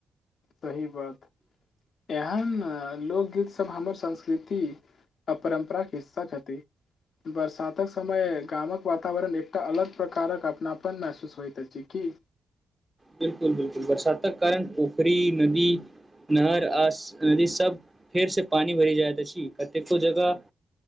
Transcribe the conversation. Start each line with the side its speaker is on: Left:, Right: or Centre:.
Left: सही बात! एहन लोकगीत सब हमर संस्कृति आ परम्पराके हिस्सा छथि। बरसातक समय गामक वातावरण एकटा अलग प्रकारक अपनापन महसूस होइत अछि। की
Right: बिलकुल-बिल्कुल! बरसात तक कारण उखरी नदी नहर आस नदी सब फेर से पानी भरि जायत अछि। कतेको जगह